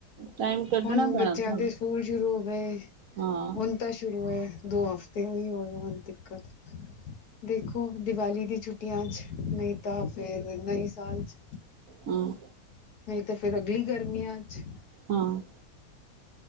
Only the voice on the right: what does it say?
ਟਾਈਮ ਕੱਢਣਾ
ਪੈਣਾ
ਤੁਹਾਨੂੰ
ਹਾਂ
ਹਾਂ
ਹਾਂ